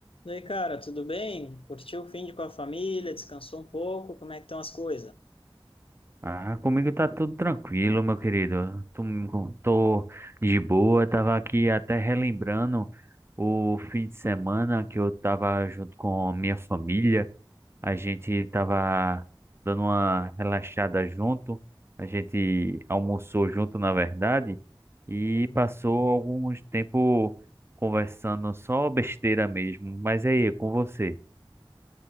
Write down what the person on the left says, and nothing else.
E aí, cara, tudo bem? Curtiu o fim com a família? Descansou um pouco? Como é que estão as coisas?
Uhum.